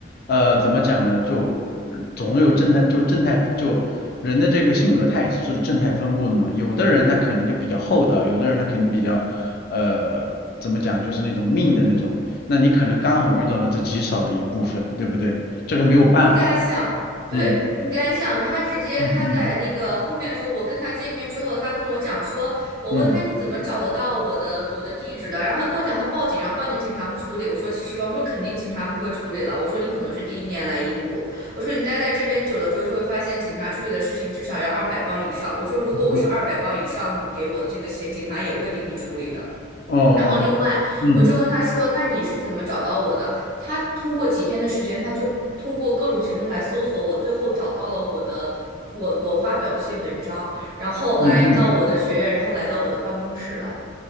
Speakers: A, on the left; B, on the right.
A: 呃，怎么讲呢？就呃总有正态，就正态，就人的这个性格，它也是正态分布的嘛。有的人他可能就比较厚道，有的人他可能比较，呃，怎么讲，就是那种命的那种。那你可能刚好遇到了这极少的一部分，对不对？这个没有办法。
B: 你敢想，对，
A: 嗯
B: 你敢想，他直接他在那个后面的时候，
A: 嗯嗯
B: 我跟他见面之后，他跟我讲说，我问他你怎么找得到我的我的地址的，
A: 嗯
B: 然后他跟我讲他报警，然后报警警察不处理，我说其实吧，我说肯定警察不会处理了，我说你可能是第一年来英国，我说你待在这边久了之后就会发现警察处理的事情至少要二百磅以上，我说如果我是二百磅以上，
A: 嗯，
B: 你给我的这个钱，警察也会给你处理的。
A: 哦哦，
B: 然后另外，
A: 嗯
B: 我就问他说：“那你是怎么找到我的？”他通过几天的时间，他就通过各种形式来搜索我，最后找到了我的我我发表的一些文章，然后来到我的学院，
A: 嗯嗯，
B: 然后来到我的办公室了。